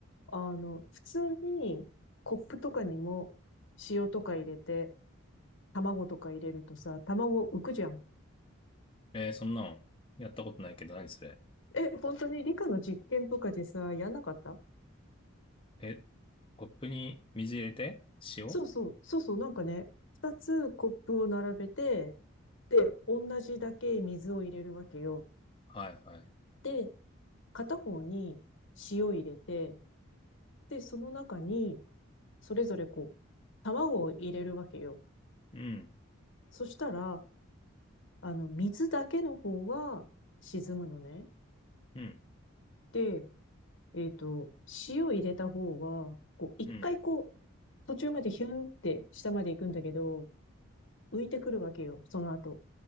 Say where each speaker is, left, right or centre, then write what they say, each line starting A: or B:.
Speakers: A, on the left; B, on the left.
A: あの、普通にコップとかにも塩とか入れて、卵とか入れるとさ、卵浮くじゃん。
B: えーそんなん、やったことないけど、何それ。
A: え、本当に理科の実験とかでさ、やんなかった
B: え、コップに水入れて塩
A: そうそう、そうそう、なんかね、二つコップを並べて、で、同じだけ水を入れるわけよ。
B: はいはい。
A: で、片方に塩入れて、で、その中に、それぞれこう、卵を入れるわけよ。
B: うん。
A: そしたら、あの、水だけの方は沈むのね。
B: うん。
A: で、えっと、塩入れた方は、こう、一回こう、
B: うん。
A: 途中までヒュンって下まで行くんだけど、浮いてくるわけよ、その後。